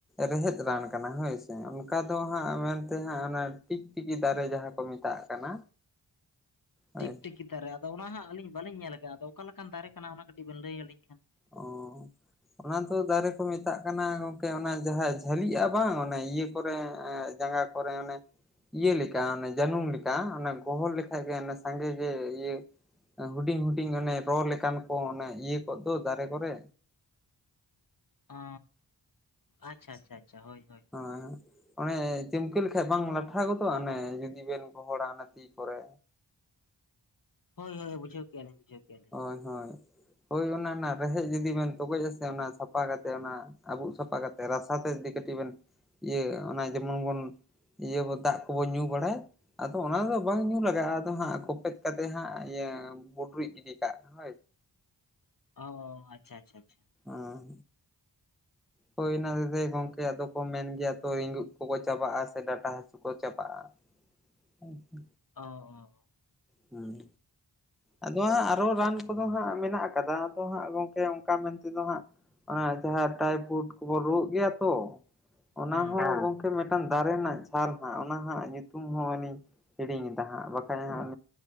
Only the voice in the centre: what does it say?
ᱨᱮᱦᱮᱫ ᱨᱟᱱ ᱠᱟᱱᱟ ᱦᱳᱭᱥᱮ ᱚᱱᱠᱟ ᱫᱚ ᱦᱟᱸᱜ ᱢᱮᱱᱛᱮ ᱦᱟᱸᱜ ᱚᱱᱟ ᱴᱤᱠᱴᱤᱠᱤ ᱫᱟᱨᱮ ᱡᱟᱦᱟᱸ ᱠᱚ ᱢᱮᱛᱟᱜ ᱠᱟᱱᱟ ᱦᱳᱭ
ᱚ ᱚᱱᱟ ᱫᱚ ᱫᱟᱨᱮ ᱠᱚ ᱢᱮᱛᱟᱜ ᱠᱟᱱᱟ ᱜᱚᱝᱠᱮ ᱚᱱᱟ ᱡᱟᱦᱟᱸ ᱡᱷᱟᱹᱞᱤᱜᱼᱟ ᱵᱟᱝ ᱚᱱᱮ ᱤᱭᱟᱹ ᱠᱚᱨᱮ ᱡᱟᱸᱜᱟ ᱯᱚᱨᱮ ᱚᱱᱮ ᱤᱭᱟᱹ ᱞᱮᱠᱟ ᱚᱱᱮ ᱡᱟᱹᱱᱩᱢ ᱞᱮᱠᱟ ᱚᱱᱮ ᱜᱚᱦᱚᱲ ᱞᱮᱠᱷᱟᱡ ᱜᱮ ᱚᱱᱮ ᱥᱟᱸᱜᱮ ᱜᱮ ᱤᱭᱟᱹ ᱦᱩᱰᱤᱧ ᱦᱩᱰᱤᱧ ᱚᱱᱮ ᱨᱚ ᱞᱮᱠᱟᱱ ᱠᱚ ᱚᱱᱮ ᱤᱭᱟᱹ ᱠᱚᱜ ᱫᱚ ᱫᱟᱨᱮ ᱠᱚᱨᱮ
ᱦᱮᱸ ᱚᱱᱮ ᱪᱤᱢᱠᱟᱹ ᱞᱮᱠᱷᱟᱡ ᱵᱟᱝ ᱞᱟᱴᱷᱟ ᱜᱚᱫᱚᱜᱼᱟ ᱚᱱᱮ ᱡᱩᱫᱤ ᱵᱮᱱ ᱯᱚᱦᱚᱲᱟ ᱚᱱᱟ ᱛᱤ ᱠᱚᱨᱮ
ᱦᱳᱭ ᱦᱳᱭ ᱦᱳᱭ ᱚᱱᱟ ᱚᱱᱟ ᱨᱮᱦᱮᱫ ᱡᱩᱫᱤ ᱵᱮᱱ ᱛᱚᱜᱚᱡ ᱟᱥᱮ ᱚᱱᱟ ᱥᱟᱯᱷᱟ ᱠᱟᱛᱮ ᱚᱱᱟ ᱟᱵᱩᱜ ᱥᱟᱯᱷᱟ ᱠᱟᱛᱮᱫ ᱨᱟᱥᱟ ᱛᱮ ᱡᱩᱫᱤ ᱠᱟᱹᱴᱤᱡ ᱵᱤᱱ ᱤᱭᱟᱹ ᱚᱱᱟ ᱡᱮᱢᱚᱱ ᱵᱚᱱ ᱤᱭᱟᱹ ᱠᱚ ᱫᱟᱜ ᱠᱚᱵᱚ ᱧᱩ ᱵᱟᱲᱟᱭ᱾ ᱟᱫᱚ ᱚᱱᱟ ᱫᱚ ᱵᱟᱝ ᱧᱩ ᱞᱟᱜᱟᱜᱼᱟ ᱟᱫᱚ ᱦᱟᱸᱜ ᱠᱚᱯᱮᱫ ᱠᱟᱛᱮ ᱦᱟᱸᱜ ᱤᱭᱟᱹ ᱵᱩᱰᱨᱩᱡ ᱜᱤᱰᱤ᱾ <unintelligible>
ᱚᱸ ᱦᱳᱭ ᱚᱱᱟ ᱦᱮᱛᱮᱫ ᱛᱮᱜᱮ ᱜᱚᱝᱠᱮ ᱟᱫᱚ ᱠᱚ ᱢᱮᱱ ᱜᱮᱭᱟ ᱛᱚ ᱨᱤᱜᱩᱱᱫ ᱠᱚᱠᱚ ᱪᱟᱵᱟᱜᱼᱟ ᱥᱮ ᱰᱟᱴᱟ ᱦᱟᱹᱥᱩ ᱠᱚ ᱪᱟᱵᱟᱜᱼᱟ ᱟᱪᱪᱷᱟ
ᱦᱩᱸ ᱟᱫᱚ ᱦᱟᱸᱜ ᱟᱨᱚ ᱨᱟᱱ ᱠᱚᱫᱚ ᱦᱟᱸᱜ ᱢᱮᱱᱟᱜ ᱠᱟᱫᱟ ᱟᱫᱚ ᱦᱟᱸᱜ ᱜᱚᱢᱠᱮ ᱚᱱᱠᱟ ᱢᱮᱱ ᱛᱮᱫᱚ ᱦᱟᱸᱜ ᱟᱨ ᱡᱟᱦᱟᱸ ᱴᱟᱭᱯᱷᱩᱰ ᱠᱚᱵᱚᱱ ᱨᱩᱣᱟᱹᱜ ᱜᱮᱭᱟ ᱛᱚ ᱚᱱᱟ
ᱦᱚᱸ ᱜᱚᱢᱠᱮ ᱢᱤᱫᱴᱟᱝ ᱫᱟᱨᱮ ᱨᱮᱱᱟᱜ ᱪᱷᱟᱞ ᱦᱟᱸᱜ ᱚᱱᱟ ᱦᱟᱸᱜ ᱧᱩᱛᱩᱢ ᱦᱚᱸ ᱦᱟᱜ ᱞᱤᱧ ᱦᱤᱲᱤᱧ ᱮᱫᱟ ᱦᱟᱸᱜ ᱵᱟᱠᱷᱟᱡ ᱦᱟᱸᱜ